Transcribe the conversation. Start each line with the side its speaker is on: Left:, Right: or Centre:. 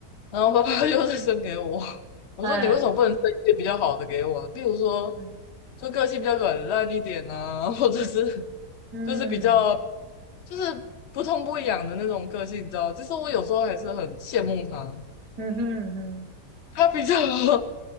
Left: 然后爸爸 <laughs> 又是生给我。<laughs> 我说你为什么不能生一些比较好的给我呢？
Right: 嘿，
Left: 比如说，
Right: 嗯
Left: 就个性比较软烂一点啊，或者是
Right: 嗯
Left: 就是比较就是不痛不痒的那种个性，你知道？其实我有时候还是很羡慕他，
Right: 嗯哼哼，
Left: 他比较 <laughs>